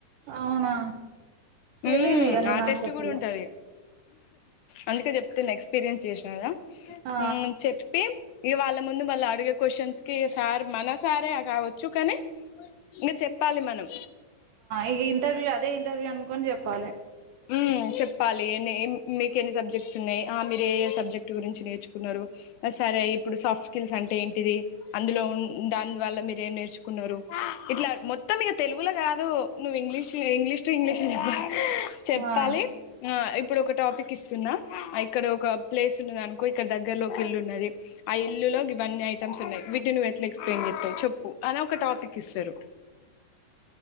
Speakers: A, on the right (about 75°); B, on the left (about 75°).
A: అవునా తెలీదు
B: ఉమ్
A: ఇవన్నీ
B: ఆ
A: నాకు
B: టెస్ట్
A: అసలు
B: కూడా ఉంటాది అందుకే చెప్తున్న ఎక్స్పీరియన్స్ చేసిన కదా
A: ఆ
B: ఉమ్ చెప్పి ఇ వాళ్ళ ముందు వాళ్ళు అడిగే క్వశ్చన్స్ కి సార్ మన సారే కావచ్చు కానీ ఇంకా చెప్పాలి మనం
A: ఇక ఇంటర్వ్యూ అదే ఇంటర్వ్యూ అనుకని చెప్పాలి
B: హ్మ్మ్ చెప్పాలి ఎన్ని మీకు ఎన్ని సబ్జెక్ట్స్ ఉన్నాయి ఆ మీరు ఏ ఏ సబ్జెక్ట్ గురించి నేర్చుకున్నారు సరే ఇప్పుడు సాఫ్ట్ స్కిల్స్ అంటే ఏంటిది అందులో దానివ్వల్ల మీరు ఏం నేర్చుకున్నారు ఇట్లా మొత్తం ఇక తెలుగులో కాదు నువ్వు ఇంగ్లీష్ ఇంగ్లీష్ టు ఇంగ్లీష్ చెప్ప చెప్పాలి
A: ఆ
B: ఆ ఇప్పుడు ఒక టాపిక్ ఇస్తున్నా ఇక్కడ ఒక ప్లేస్ ఉన్నది అనుకో ఇక్కడ దగ్గరలోకి ఇల్లు ఉన్నది ఇల్లులో గివన్ని ఐటమ్స్ ఉన్నాయి వీటిని నువ్వు ఎట్లా ఎక్స్ప్లెయిన్ చేస్తావ్ చెప్పు అనే ఒక టాపిక్ ఇస్తారు